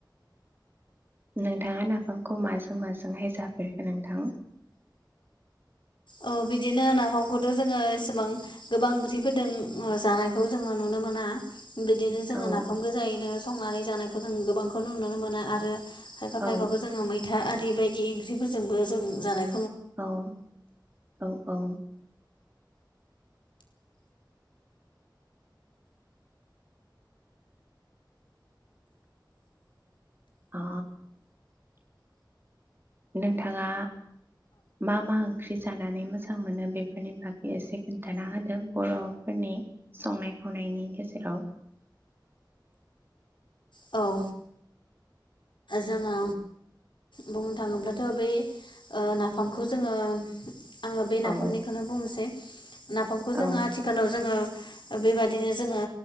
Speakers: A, on the right; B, on the left.
A: नोंथाङा नाफामखौ माजों माजोंहाय जाफेरखो नोंथां
B: औ बिदिनो नाफामखौथ' जोङो एसेबां गोबां ओंख्रिफोरदों जानायखौ जोङो नुनो मोना बिदिनो जोङो
A: औ
B: नाफाम गोजायैनो संनानै जानायखौ जों गोबांखौ नुनो मोनो आरो खायफा खायफाखौ
A: औ
B: जोङो मैथा आरि बायदि ओंख्रिफोरजोंबो जों जानाय
A: औ औ औ आ नोंथाङा मा मा ओंख्रि जानानै मोजां मोनो बेफोरनि बागै एसे खोन्थाना होदो बर'फोरनि संनाय खावनायनि गेजेराव
B: औ जोङो बुंनो थाङोब्लाथ' बे नाफामखौ जोङो आङो बे नाफामनिखौनो
A: औ
B: बुंनोसै नाफामखौ जोङो
A: औ
B: आथिखालाव जोङो बेबादिनो जोङो